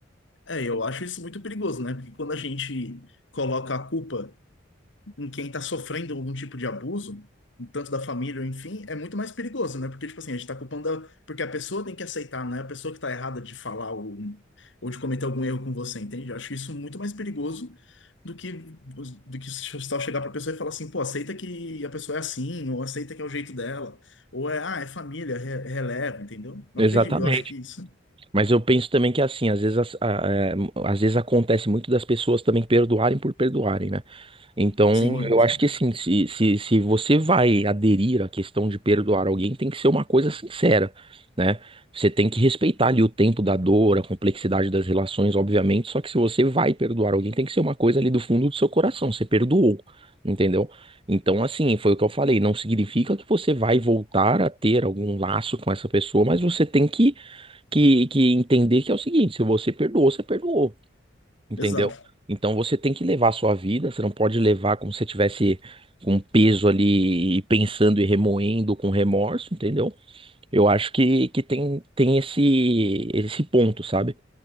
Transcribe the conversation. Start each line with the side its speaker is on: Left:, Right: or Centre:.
Left: é, eu acho isso muito perigoso, né? Porque quando a gente coloca a culpa. em quem está sofrendo algum tipo de abuso, tanto da família, ou enfim, é muito mais perigoso, né? Porque, tipo assim, a gente está culpando. a- Porque a pessoa tem que aceitar, não é a pessoa que está errada de falar ou, ou de cometer algum erro com você, entende? Eu acho isso muito mais perigoso do que, do que só chegar para a pessoa e falar assim, pô, aceita que a pessoa é assim, ou aceita que é o jeito dela, ou é, ah, é família, re- releva, entendeu? Não
Right: Exatamente.
Left: acredito, eu acho que isso.
Right: Mas eu penso também que é assim, às vezes, as- a- é, às vezes acontece muito das pessoas também perdoarem por perdoarem, né? Então,
Left: Sim,
Right: eu
Left: com certeza.
Right: acho que assim, se, se, se você vai aderir à questão de perdoar alguém, tem que ser uma coisa sincera, né? Você tem que respeitar ali o tempo da dor, a complexidade das relações, obviamente. Só que se você vai perdoar alguém, tem que ser uma coisa ali do fundo do seu coração. Você perdoou, entendeu? Então, assim, foi o que eu falei. Não significa que você vai voltar a ter algum laço com essa pessoa, mas você tem que, que, que entender que é o seguinte: se você perdoou, você perdoou. Entendeu?
Left: Exato.
Right: Então você tem que levar a sua vida, você não pode levar como se você tivesse com um peso ali e pensando e remoendo com remorso, entendeu? Eu acho que, que tem, tem esse, esse ponto, sabe?